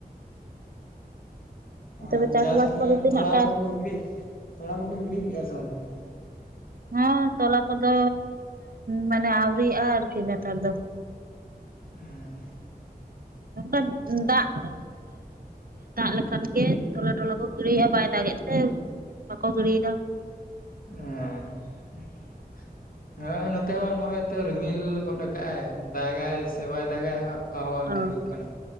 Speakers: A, on the right; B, on the left.
A: ᱛᱚᱵᱮ
B: ᱟᱨ
A: ᱪᱟᱥᱵᱟᱥ
B: ᱪᱟᱥ
A: ᱠᱚᱫᱚ ᱛᱤᱱᱟᱹᱜ
B: ᱛᱚᱲᱟ
A: ᱴᱟ
B: ᱠᱚᱠᱚ ᱜᱤᱰᱤ ᱛᱚᱲᱟ ᱠᱚᱠᱚ ᱜᱤᱰᱤ ᱠᱮᱫᱮᱜᱼᱟ ᱥᱮ ᱵᱟᱝ?
A: ᱦᱮ ᱛᱚᱞᱟ ᱠᱚᱫᱚ ᱢᱟᱱᱮ ᱟᱣᱨᱤᱜᱼᱟ ᱟᱨᱠᱤ ᱱᱮᱛᱟᱨ ᱫᱚ᱾
B: ᱦᱮᱸ
A: <inaudible> <inaudible> ᱫᱟᱜ ᱞᱮᱠᱷᱟᱱ ᱜᱮ ᱛᱚᱞᱟ ᱴᱚᱞᱟ ᱠᱚ ᱜᱤᱲᱤᱭᱮᱫᱼᱟ ᱵᱟᱭ ᱫᱟᱜ ᱮᱫ ᱛᱮ ᱵᱟᱠᱚ ᱜᱤᱲᱤᱭᱮᱫᱟ᱾
B: <unintelligible> ᱦᱮᱸ ᱱᱚᱛᱮ ᱦᱚᱸ ᱱᱚᱜᱼᱚᱭ ᱛᱚ ᱨᱤᱢᱤᱞ ᱜᱚᱫ ᱠᱟᱜ ᱟᱭ ᱫᱟᱜᱟᱭ ᱥᱮ ᱵᱟᱭ ᱫᱟᱜᱟᱭ ᱦᱟᱸᱜ, ᱚᱠᱟ ᱦᱚᱸ ᱵᱟᱝ
A: ᱚ
B: ᱴᱷᱤᱠᱚᱜ ᱠᱟᱱᱟ,